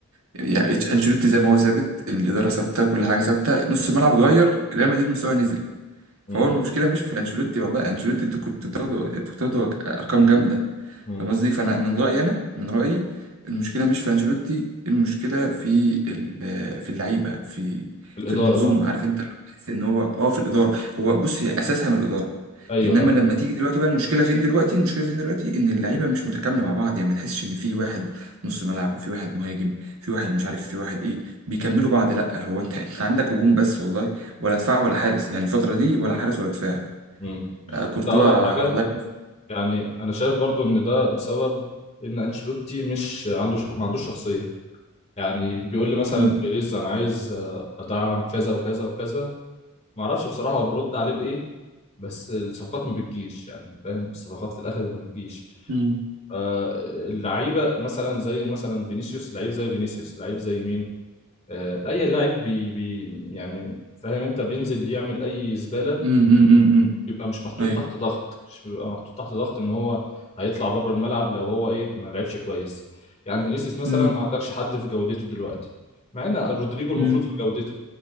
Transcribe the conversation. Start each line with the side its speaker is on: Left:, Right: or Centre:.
Right: يعني إتش- أنشيلوتي زي ما هو ثابت الإدارة ثابتة كل حاجة ثابتة نص الملعب اتغير ريال مدريد مستواه نزل فهو
Left: امم
Right: المشكلة مش في أنشيلوتي والله أنشيلوتي أنت كنت بتاخده كنت بتاخده أرقام جامدة
Left: امم
Right: فاهم قصدي فانا من رايي انا من رايي المشكله مش في انشيلوتي المشكله في ال- في اللعيبه في
Left: في الاداره
Right: في المنظومه
Left: بقى
Right: عارف انت اللي هو تحس ان هو اه في الاداره هو بص هي اساسها من الاداره
Left: ايوه
Right: انما لما تيجي دلوقتي بقى المشكله فين دلوقتي المشكله فين دلوقتي ان اللعيبه مش متكامله مع بعض يعني ما تحسش ان في واحد نص ملعب وفي واحد مهاجم في واحد مش عارف في واحد ايه بيكملوا بعض لا هو انت <laughs> انت عندك هجوم بس والله ولا دفاع ولا حارس يعني الفتره دي ولا حارس ولا دفاع
Left: امم
Right: آه، كورتوا
Left: كنت اقول
Right: آه،
Left: لك حاجه
Right: الله يكون في-
Left: يعني انا شايف برضو ان ده بسبب ان انشيلوتي مش عنده شخ... ما عندوش شخصيه يعني بيقول لي مثلا
Right: مم.
Left: بيريز انا عايز آه، ادعم كذا وكذا وكذا ما اعرفش بصراحه هو بيرد عليه بايه بس الصفقات ما بتجيش يعني فاهم الصفقات في الاخر ما بتجيش
Right: مم.
Left: آه، اللعيبه مثلا زي مثلا فينيسيوس لعيب زي فينيسيوس لعيب زي مين آه، اي لعيب بي بي يعني فاهم انت بينزل يعمل اي زباله
Right: مم. مم. مم.
Left: بيبقى مش محطوط
Right: ايوه
Left: تحت ضغط مش بيبقى محطوط تحت ضغط ان هو هيطلع بره الملعب لو هو ايه ما لعبش كويس يعني فينيسيوس مثلا
Right: امم
Left: ما عندكش حد في جودته دلوقتي مع ان رودريجو المفروض
Right: امم
Left: في جودته